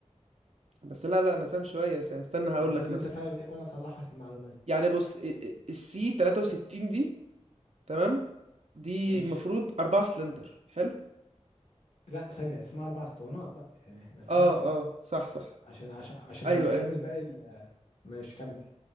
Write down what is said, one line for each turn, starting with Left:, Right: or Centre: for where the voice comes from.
Right: بس لا لا انا فاهم شويه يعني استنى هقول
Left: طب قول
Right: لك
Left: لي
Right: مثلا
Left: انت فاهم ايه وانا اصلح لك المعلومات
Right: يعني بص السي 63 دي تمام دي
Left: ماشي
Right: المفروض أربعة سلندر حلو
Left: لا ثانية اسمها اربع اسطوانات بقى يعني احنا فاهم
Right: اه اه صح صح
Left: عشان عشان عشان
Right: ايوه
Left: لو هتكمل
Right: ايوه
Left: باقي ال- ماشي كمل